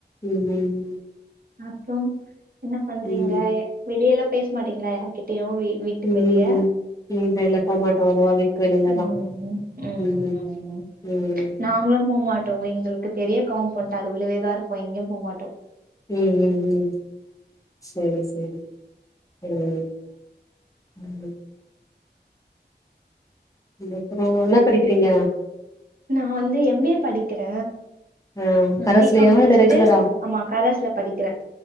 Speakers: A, on the left; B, on the right.
A: ம் ம் ம்
B: அப்ற என்னப் பண்றீங்க
A: ம்
B: வெளியெல்லா பேஸ் மாட்டிங்களா யார்கிட் டியு வீட்டுக்
A: ம்
B: வெளிய
A: இல்ல இல்ல போமாட்டோம் அவ்ளவா வீட்டுக்கு வெளிலலாம்
B: உம் உம்
A: ம் ம் ம்
B: நாங்ளும் போமாட்டோ எங்களுக்கு பெரிய காம்பொண்ட் அது உள்ளவேதாருப்பொ எங்கியும் போமாட்டோ
A: ம் ம் ம் செரி செரி ம் ம் ம் அப்பற என்னா படிக்கிறீங்க
B: நா வந்து எம் பி ஏ படிக்கிற
A: ஆ
B: நா
A: கரஸ்லயா
B: பி காம் முடிச்சுட்டு
A: இல்ல ரெகுலரா
B: ஆம்மா கரஸ்ல படிக்கிற